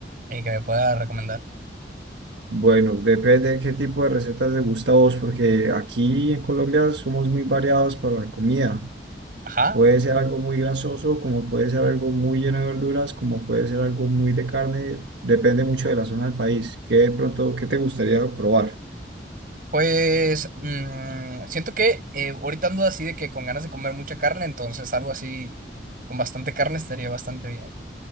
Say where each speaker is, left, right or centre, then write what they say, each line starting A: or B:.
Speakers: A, on the right; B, on the right.
A: eh, que me pueda recomendar.
B: Bueno, depende de qué tipo de recetas te gusta a vos, porque aquí en Colombia somos muy variados para la comida.
A: Ajá.
B: Puede ser algo muy grasoso, como puede ser algo muy lleno de verduras, como puede ser algo muy de carne. Depende mucho de la zona del país. ¿Qué de pronto, qué te gustaría probar?
A: Pues mm, siento que eh, ahorita ando así de que con ganas de comer mucha carne, entonces algo así con bastante carne estaría bastante bien.